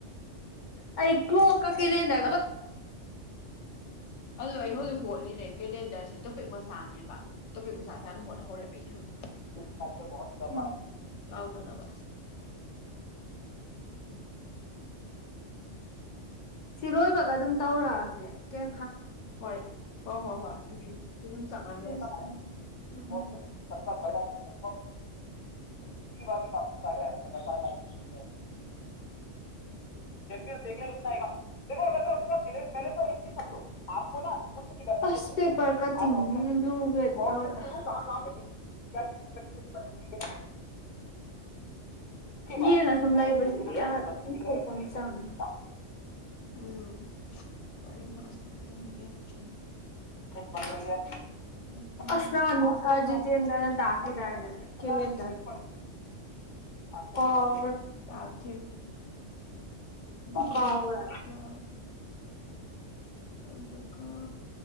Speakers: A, on the left (about 50°); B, on the left (about 70°).
A: ꯑꯩ ꯀ꯭ꯂꯣ <unintelligible> ꯀꯥꯎꯒꯔ꯭ꯦꯗ
B: <unintelligible> ꯀꯦꯂꯦꯟꯗꯥ ꯁꯤ ꯇꯣꯄꯤꯛ ꯃꯆꯥꯅꯦꯕ ꯇꯣꯄꯤꯛ ꯃꯆꯥ ꯁꯥꯏꯅ ꯍꯣꯠꯅꯍꯧꯔꯛꯑꯦꯕ ꯑꯩꯁꯦ ꯍꯧꯖꯤꯛ
A: ꯎꯝ
B: ꯀꯥꯎꯗꯅꯕ
A: ꯁꯤ ꯂꯣꯏꯕꯒ ꯑꯗꯨꯝ ꯇꯧꯔꯛꯑꯒꯦ ꯀꯩ
B: ꯍꯣꯏ ꯍ ꯍꯣ ꯍꯣꯏ
A: ꯈꯔ
B: ꯁꯤ ꯑꯗꯨꯝ ꯆꯪꯍꯜꯂꯦꯁꯦ
A: ꯏ ꯃꯥꯅꯤ ꯀꯄꯤ ꯁꯔꯦ ꯍꯥꯏꯦ <unintelligible> ꯌꯦꯡꯉ ꯁꯨꯝ ꯂꯩꯕꯁꯤꯗꯤ ꯌꯥꯗ ꯊꯣꯛꯄ ꯆꯪꯉ
B: ꯎꯝ ꯀ ꯃꯆ ꯑꯦꯄ꯭ꯔꯜ ꯃꯦ ꯖꯨꯟ
A: ꯄꯠꯇ꯭ꯌꯦ
B: ꯐꯦꯕꯋꯥꯔꯤ
A: ꯑꯁꯁꯥ
B: ꯃꯥꯔꯆ ꯑꯦꯄ꯭ꯔꯤꯜ ꯃꯦ ꯖꯨꯟ
A: ꯇꯦꯟꯗ꯭ꯔꯅ
B: ꯊꯥꯔꯇꯤ
A: ꯇ ꯀꯦꯗ ꯀꯦꯂꯡꯔꯡ ꯑꯣ
B: ꯇꯥꯀꯤ ꯇ
A: ꯀꯥꯎꯒ꯭ꯔꯦ
B: ꯀꯣꯥꯁ ꯑꯗꯨꯀ